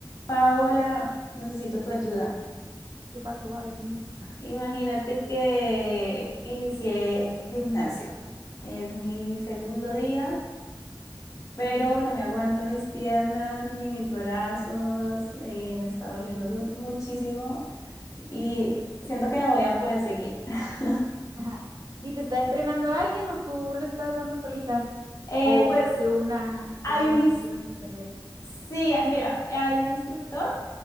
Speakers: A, on the left; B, on the right.
A: Paola, necesito tu ayuda.
B: ¿Qué pasó? A ver, dime.
A: Imagínate que inicié gimnasio. Es mi segundo día, pero no me aguanto mis piernas ni mis brazos. eh, me está doliendo du- muchísimo y siento que no voy a poder seguir. <laughs>
B: <laughs> ¿Y te está entrenando alguien o tú lo estás dando solita?
A: Eh,
B: ¿O buscaste
A: pues
B: una,
A: hay
B: unas
A: un, ins-
B: rutinas en internet?
A: sí, mira, hay un instructor